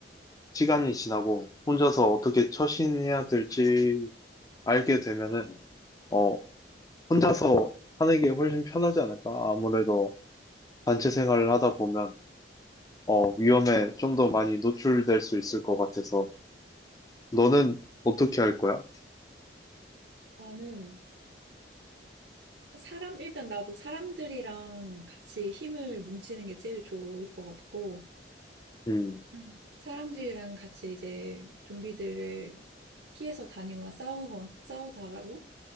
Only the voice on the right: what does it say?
나는 사람, 일단 나도 사람들이랑 같이 힘을 뭉치는 게 제일 좋을 것 같고,
음. 사람들이랑 같이 이제 좀비들을 피해서 다니거나 싸우거 싸우다가도,